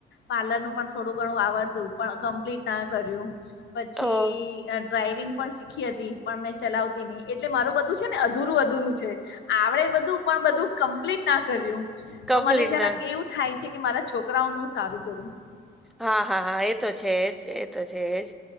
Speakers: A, on the left (about 65°); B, in the centre.
A: પાર્લર ન પણ થોડુંણું આવડતું, પણ કમ્પટ ના કર પછી
B: અ
A: ડ્રાઈવિંગ. પણ શીખી હતી, પણ મેં ચલાવતી નહી, એટલે મારું બધું છે, ને અધુરું-અધુરું છે આવડે બધું બધું કમ્પલીટ ના કર્યું,
B: કપલીના
A: તો મ જવું થાય છે કે, મારા છોકરાઓનું હું સારું કરું.
B: હા, હા, હા એ તો છે જ, એ તો છેજ